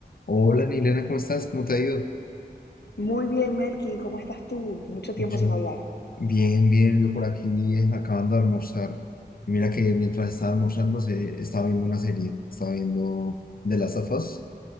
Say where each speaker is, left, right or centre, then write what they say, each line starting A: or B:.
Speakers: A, on the left; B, on the left.
A: Hola, Milena, ¿cómo estás? ¿Cómo te ha ido?
B: Muy bien, Melkin, ¿cómo estás tú? Mucho tiempo
A: Yo,
B: sin hablar.
A: bien, bien, yo por aquí eh, acabando de almorzar. Y mira que mientras estaba almorzando se, estaba viendo una serie, estaba viendo de las of Us,